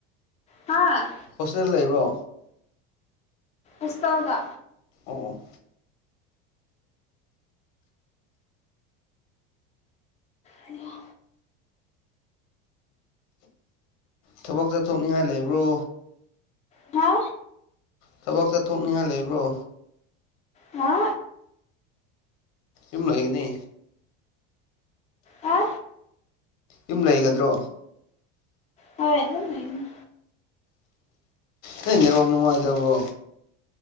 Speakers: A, on the left; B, on the left.
A: ꯍꯥ
B: ꯍꯣꯁꯇꯦꯜ ꯂꯩꯕ꯭ꯔꯣ
A: ꯑꯁꯇꯗ
B: ꯑꯣ
A: ꯍꯣ
B: ꯊꯕꯛꯇ ꯊꯣꯛꯅꯤꯡꯉꯥꯏ ꯂꯩꯕ꯭ꯔꯣ
A: ꯍꯥ
B: ꯊꯕꯛ ꯆꯠꯊꯣꯛꯅꯤꯡꯉꯥꯏ ꯂꯩꯕ꯭ꯔꯣ
A: ꯍꯥ
B: ꯏꯝ ꯂꯒꯦ ꯅ
A: ꯍꯥ
B: ꯌꯨꯝ ꯂꯩꯒꯗ꯭ꯔꯣ
A: ꯍꯣꯏ ꯑꯗꯨ ꯑꯗꯨꯝ ꯂꯩꯣꯏꯃꯦ
B: ꯔꯣ ꯅꯅꯨꯡꯉꯥꯏꯗꯕꯣ